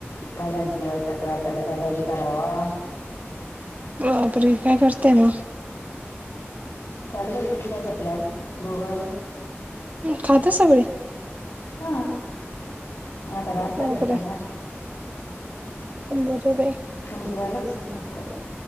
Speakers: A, on the left; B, on the right.
A: भाज्यां चलवाय तक्रला काय भाजी करावा.
B: बापरे काय करते ना.
A: चाललं पिठल्याचा प्लॅन बघो अजून
B: खाता सगळे.
A: हा आता नचल्या
B: बापरे
A: काय करणारे.
B: बर बाई.
A: तुमचं झालंच संपक